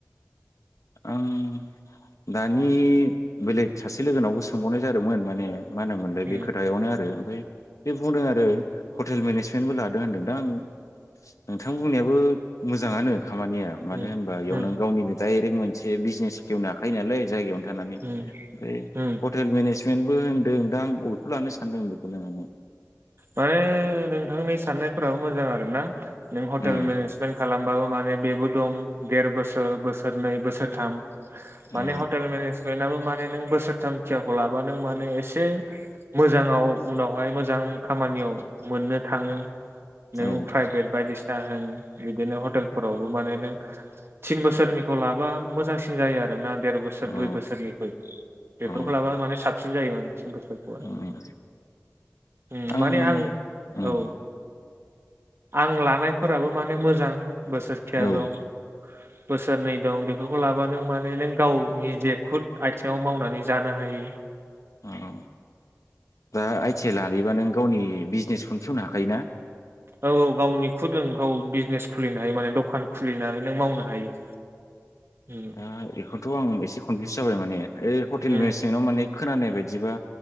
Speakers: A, on the left (about 80°); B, on the right (about 50°).
A: आं दानि बेलेग सासे लोगोनावबो सोंबावनाय जादोंमोन माने मा होनोमोनलाय
B: उम
A: बे खोथायावनो आरो ओमफ्राय बे बुंदों आरो हटेल मेनेजमेन्टबो लादों होनदों दा आं नोंथां बुंनायाबो मोजाङानो खामानिया मानो
B: उम
A: होनबा बेयावनों
B: उम
A: गावनिनो डाइरेक्ट मोनसे बिजनेस खेवनो हाखायो नालाय जायगायावनो जानानै ओमफ्राय
B: उम उम
A: हटेल मेनेज ट्रेन्टबो होनदों दा आं अबेखौ लानो सानदों बेखौनो माने
B: माने नोंथांनि साननायफोराबो मोजां आरोना नों हटेल
A: उम
B: मेनेजमेन्ट खालामबाबो माने बेबो दं देर बोसोर बोसोरनै बोसोरथाम माने
A: औ
B: हटेल मेनेजमेन्टआबो मा नों बोसोरथामखियाखौ लाबा नों माने एसे मोजांयाव उनावहाय मोजां खामानियाव मोननो थाङो नों
A: औ
B: प्राइभेट बायदिसिना होन बिदिनो हटेलफोरावबो माने नों थिन बोसोरनिखौ लाबा मोजांसिन जायो आरो आरोना देर बोसोर
A: औ
B: दुइ बोसोरनि बेफोरखौ
A: औ
B: लाबा माने साबसिन जायो मान थिन बोसोरखौहाय
A: उम
B: उम
A: आं
B: माने
A: ओं
B: औ आं लानायफोराबो माने मोजां बोसोर खिया
A: औ
B: दं बोसोरनै दं बेफोरखौ लाबा नों माने नों गाव निजे खुद आथिङाव मावनानै जानो हायो
A: औ दा आइ टि आइ लायैबा नों गावनि बिजनेसखौनो खेवनो हाखायोना
B: औ औ गावनिखुदुं औ बिजनेस खुलिनय माने दखान खुलिनाय नों मावनो हायो उम
A: ओ बेखौनोथ' आं एसे कनफिउस जाबाय माने ओइ हटेल
B: उम
A: मेनेजमेन्टाव माने खोनानाय बायदिबा